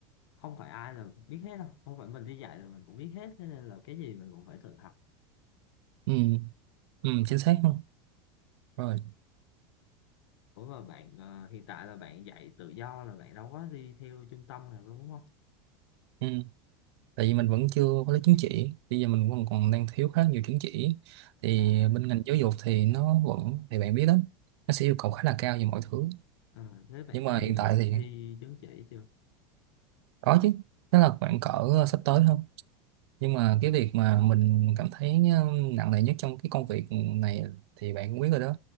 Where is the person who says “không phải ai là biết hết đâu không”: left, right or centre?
Left